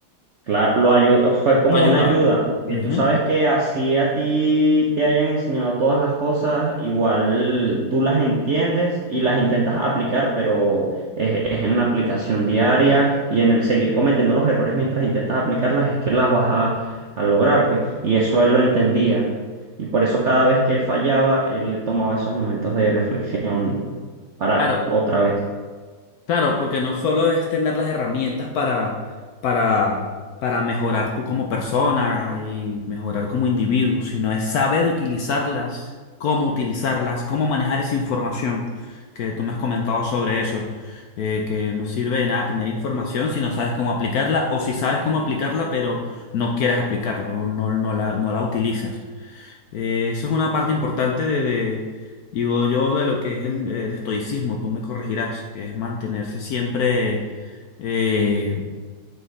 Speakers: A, on the right; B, on the left.
A: Claro, lo ayu- fue como
B: lo ayudaron.
A: una ayuda, porque
B: Ujú.
A: tú sabes que así a ti te hayan enseñado todas las cosas, igual tú las entiendes y las intentas aplicar, pero es, es en la aplicación diaria y en el seguir cometiendo los errores mientras intentas aplicarlas es que las vas a, a lograr, pues. Y eso él lo entendía. Y por eso cada vez que él fallaba, él tomaba esos momentos de reflexión para
B: Claro,
A: otra vez.
B: Claro, porque no solo es tener las herramientas para, para, para mejorar tú como persona y mejorar como individuo, sino es saber utilizarlas, cómo utilizarlas, cómo manejar esa información que tú me has comentado sobre eso, eh, que no sirve de nada tener información si no sabes cómo aplicarla o si sabes cómo aplicarla pero no quieres aplicarla o no, no la, no la utilizas. Eh, eso es una parte importante de, de- digo yo, de lo que es el, el estoicismo, tú me corregirás, que es mantenerse siempre eh,